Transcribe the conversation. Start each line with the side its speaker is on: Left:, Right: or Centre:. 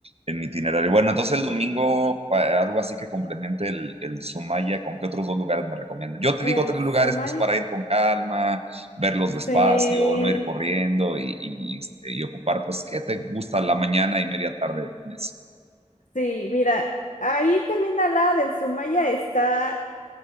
Right: en mi itinerario. Bueno, entonces el domingo, pa- algo así que complemente el, el Sumaya, ¿con qué otros dos lugares me recomiendas? Yo te
Left: En
Right: digo tres
Left: Somaya.
Right: lugares, pues para ir con calma, verlos despacio,
Left: Sí.
Right: no ir corriendo y, y, este, y ocupar, pues, ¿qué te gusta la mañana y media tarde? en eso?
Left: Sí, mira, ahí también al lado del Sumaya está